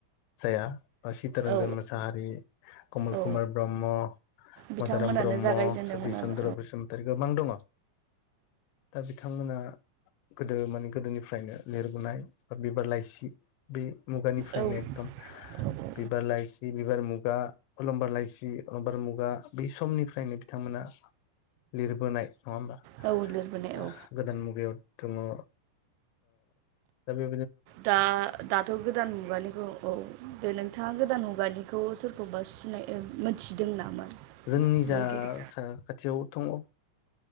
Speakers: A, on the left; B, on the right.
A: जाया बा चितरन्जन
B: औ
A: मोसाहारि कमल
B: औ
A: कुमार ब्रह्म,
B: बिथांमोनानो
A: मदाराम ब्रह्म,
B: जागायजेनदोंमोन
A: सतिश चन्द्र
B: आरो
A: बसुमतारी गोबां दङ। दा बि थांमोना गोदो माने गोदोनिफ्रायनो लिरबोनाय बा बिबार लाइसि बे मुगानिफ्रायनो
B: औ
A: एकदम
B: औ
A: बिबार लाइसि बिबार मुगा अलंबार लाइसि अलंबार मुगा बै समनिफ्रायनो बिथांमोना लिरबोनाय नङा होमबा
B: औ औ लिरबोनाय
A: दा
B: औ
A: गोदान मुगायाव दङ ओ दा बे
B: दा दाथ' गोदान मुगानिखौ औ दे नोंथाङा गोदान मुगानिखौ सोर खौबा सिनायो ओ मोनथिदों नामा?
A: जोंनि जा
B: लिरगिरि
A: साखाथियाव दङ। ओ